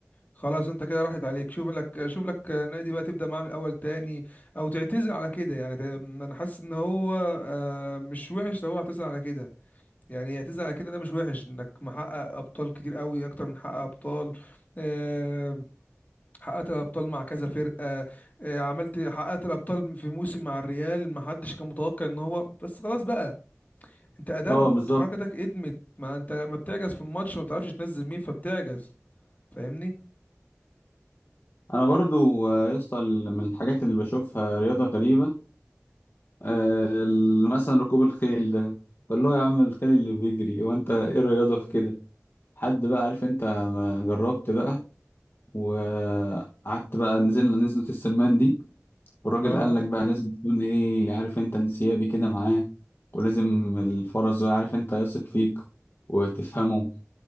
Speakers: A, on the left; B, on the left.
A: خلاص انت كده راحت عليك شوف لك شوف لك نادي بقى تبدا معاه من الاول تاني او تعتزل على كده يعني ده- انا حاسس ان هو آه، مش وحش لو هو اعتزل على كده يعني يعتزل على كده ده مش وحش انك محقق ابطال كتير قوي اكتر من حقق ابطال آه، حققت الابطال مع كذا فرقه آه، عملت حققت الابطال في موسم مع الريال ما حدش كان متوقع ان هو بس خلاص بقى انت قدمت
B: أه بالظبط
A: وحركتك قدمت ما انت لما بتعجز في الماتش ما بتعرفش تنزل مين فبتعجز فاهمني
B: أنا برضو آه، يا اسطى ال- من الحاجات اللي بشوفها رياضة غريبة آه، ال- مثلا ركوب الخيل ده فاللي هو يا عم الخيل اللي بيجري وأنت إيه الرياضة في كده؟ حد بقى عارف انت ما جربت بقى وقعدت بقى نزلنا نزلة السمان دي والراجل
A: اه
B: قال لك بقى لازم تكون ايه عارف انت انسيابي كده معاه ولازم الفرس بقى عارف انت يثق فيك وتفهمه